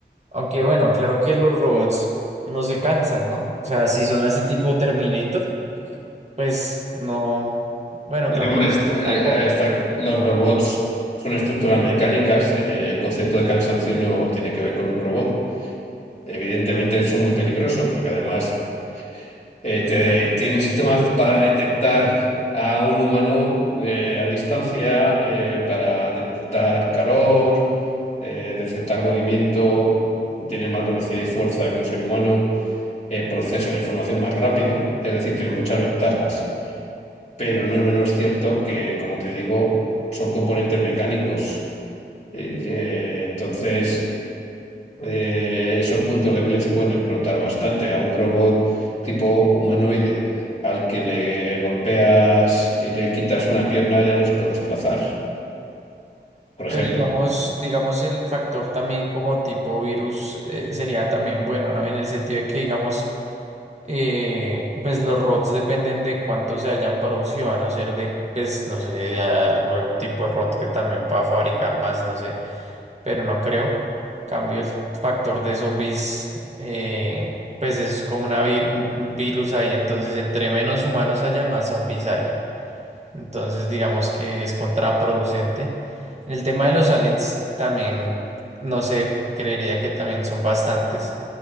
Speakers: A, on the right; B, on the left.
A: Aunque bueno, claro que los robots no se cansan, ¿no? O sea, si son así tipo Terminator, pues no. Bueno,
B: Eh,
A: claro
B: Hombre,
A: que los
B: está-
A: zombies tampoco.
B: eh, está- los robots son estructuras mecánicas, eh, el concepto de cansancio no tiene que ver con un robot. Evidentemente son muy peligrosos porque además eh, te- tienen sistemas para detectar a un humano eh, a distancia, eh, para detectar calor, eh, detectar movimiento, tienen más velocidad y fuerza que un ser humano, eh, procesan la información más rápido, es decir, tienen muchas ventajas, pero no es menos cierto que, como te digo, son componentes mecánicos. Eh, eh, entonces, eh, esos puntos débiles se pueden explotar bastante. A un robot tipo humanoide al que le golpeas y le quitas una pierna ya no se puede desplazar, por ejemplo.
A: Pero digamos, digamos el factor también como tipo virus eh, sería también bueno, ¿no? En el sentido de que digamos eh, pues los ROTs dependen de cuánto se hayan producido, a no ser de, pues no sé, de algo, algún tipo de ROT que también pueda fabricar más, no sé, pero no creo. Cambio el factor de zombies, eh, pues es como una vi- un virus ahí, entonces entre menos humanos haya, más zombies hay. Entonces digamos que es contraproducente. En el tema de los aliens también, no sé, creería que también son bastantes